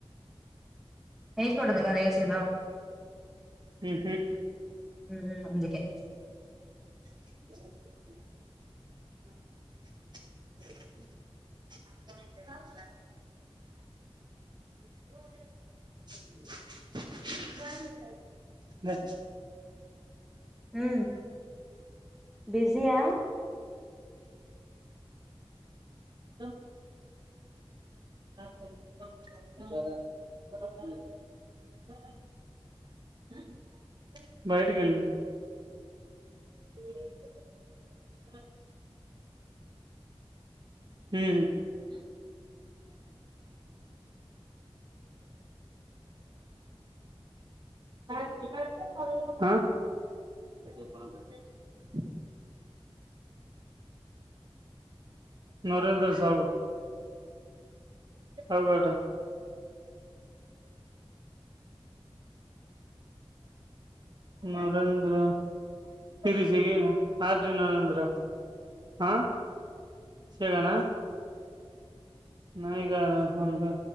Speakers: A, in the centre; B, on the right.
A: వెయ్యకూడదు కదా ఏసీలో
B: ఉహు
A: ఉహు అందుకే
B: <unintelligible> <unintelligible> <unintelligible> లే
A: ఉ బిజీయా
B: <unintelligible> <unintelligible> బయటకి వెళ్లి <unintelligible> ఉహు <unintelligible> ఆహ్ కొద్దిగా పాన్ <unintelligible> నరేంద్ర సాబ్ అవుగటా నరేంద్ర తరిసిగి హడ్రీ నరేంద్ర ఆ చేయగన నాయిగారా ఒంతా